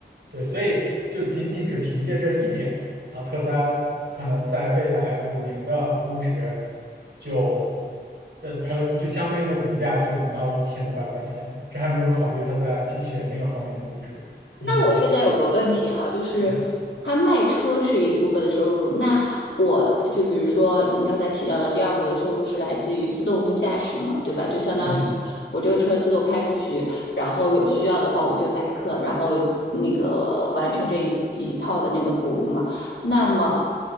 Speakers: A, on the right (about 70°); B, on the left (about 80°).
A: 对，所以就仅仅只凭借这一点啊，特斯拉可能在未来五年的估值就的它的就相对应的股价就能到一千五百块钱，这还没有考虑它在机器人那个方面的估值以及
B: 那我现在有个问题哈，就是他卖车是一部分的收入，
A: 嗯
B: 那我就比如说你刚才提到的第二部分的收入是来自于自动驾驶嘛，对吧？就相当于我这个车自动开出去，
A: 嗯。
B: 然后有需要的话我就载客，然后那个完成这一一套的那个服务嘛。那么